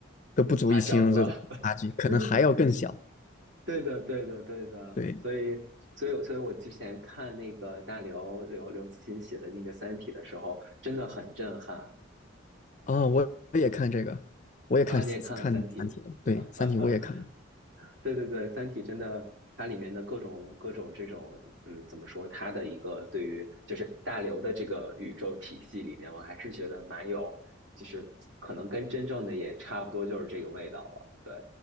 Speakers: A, on the left; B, on the right.
A: 都不足以形容这种差距，
B: 夸张了。<laughs>
A: 可能还要更小。
B: 嗯，对的，对的，对的。
A: 对，
B: 所以，所以，所以我之前看那个大刘刘刘慈欣写的那个《三体》的时候，真的很震撼
A: 啊、我我也看这个，我也看看《三体》了。
B: 啊！你也看了《三体》啊？
A: 对，《三体》我也看，
B: <laughs> 对对对，《三体》真的，它里面的各种各种这种，嗯，怎么说？它的一个对于就是大刘的这个宇宙体系里面，我还是觉得蛮有，就是可能跟真正的也差不多，就是这个味道了。对，